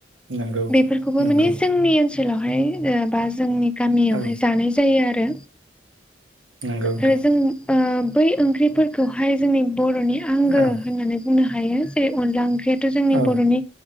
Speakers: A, on the right; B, in the centre.
A: नंगौ
B: बेफोरखौबो
A: नंगौ
B: माने जोंनि ओन सोलावहाय ओ बा जोंनि गामियावहाय
A: औ
B: जानाय जायो आरो।
A: नंगौ नोंथां
B: आरो जों ओ बै ओंख्रिफोरखौहाय जोंनि बर'नि आंगो
A: औ
B: होननानै बुंनो हायो। जे अनला ओंख्रियाथ' जोंनि
A: औ
B: बर'नि